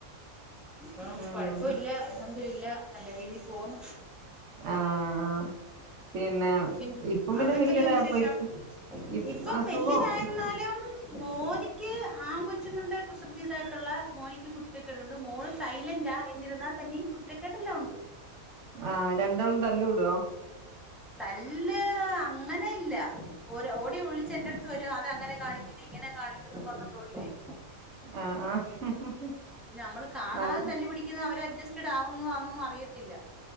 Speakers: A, in the centre; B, on the right.
A: ഇപ്പം
B: ഉം
A: കൊഴപ്പൊ ഇല്ല അൽഹംദുലില്ലാ നല്ല രീതി പോന്നു
B: ആഹ് ആഹ് പിന്നെ
A: പിൻ
B: ഇപ്പം പിന്നെ
A: അവിടെ എന്തല്ലാ
B: വല്യതായപ്പ
A: വിശേഷം
B: ഇ
A: ഇപ്പം
B: അസുഖം
A: വല്യതായെന്നാലും മോനിക്ക് ആങ്കൊച്ചുങ്ങളുടെ കുസൃതീതായിട്ടുള്ള മോനിക്ക് കുരുത്തക്കേടുണ്ട് മോള് സൈലന്റാ എന്നിരുന്നാ തന്നെയും കുരുത്തക്കേടെല്ലാം ഒണ്ട്.
B: ആഹ് രണ്ടാളും തല്ലു കൂടോ?
A: തല്ല് അങ്ങനെ ഇല്ല ഒര് ഓടി ഒളിച്ച് എന്റെ അടുത്ത് വരും അത് അങ്ങനെ കാണിക്കുന്ന് ഇങ്ങനെ കാണിക്കുന്നു പറഞ്ഞോണ്ട് ഓടി വരും
B: ആഹ് ആഹ്
A: പിന്നെ നമ്മള് കാണാതെ
B: നല്ല
A: തല്ലുപിടിക്ക് ക്കുന്ന അവര് അഡ്ജസ്റ്റഡ് ആവുന്നതാണൊന്നും അറിയത്തില്ല